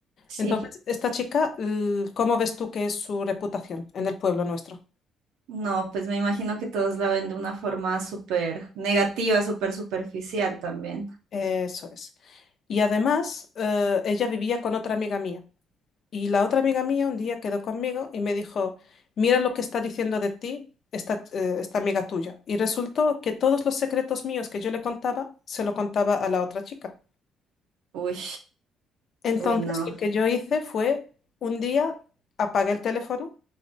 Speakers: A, on the right; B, on the left.
A: Sí.
B: Entonces, esta chica, l- ¿cómo ves tú que es su reputación en el pueblo nuestro?
A: No, pues me imagino que todos la ven de una forma súper negativa, súper superficial también.
B: Eso es. Y además, eh, ella vivía con otra amiga mía. Y la otra amiga mía un día quedó conmigo y me dijo, mira lo que está diciendo de ti esta, eh, esta amiga tuya. Y resultó que todos los secretos míos que yo le contaba, se lo contaba a la otra chica.
A: Uy,
B: Entonces
A: uy, no.
B: lo que yo hice fue un día apagué el teléfono,